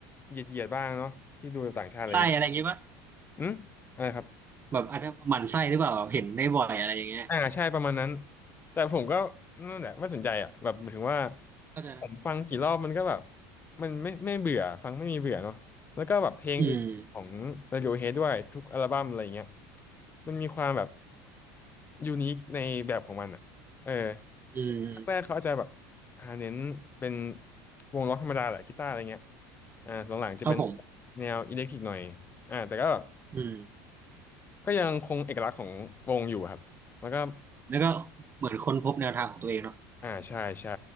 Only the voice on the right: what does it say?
หมั่นไส้อะไรอย่างเงี้ยปะ
แบบอาจจะหมั่นไส้หรือเปล่าเห็นได้บ่อยอะไรอย่างเงี้ย
เข้าใจนะ
อืม
อืม
ครับผม
อืม
แล้วก็เหมือนค้นพบแนวทางของตัวเองเนาะ